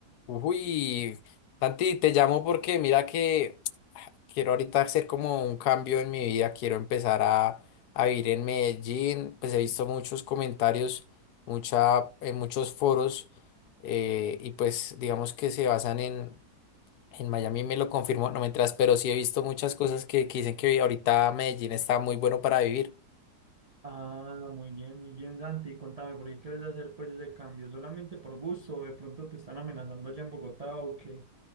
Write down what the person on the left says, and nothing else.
Uy, Santi, te llamo porque mira que quiero ahorita hacer como un cambio en mi vida, quiero empezar a, a vivir en Medellín, pues he visto muchos comentarios, mucha, en muchos foros eh, y pues digamos que se basan en, en Miami, me lo confirmó, no mientras, pero sí he visto muchas cosas que, que dicen que ahorita Medellín está muy bueno para vivir.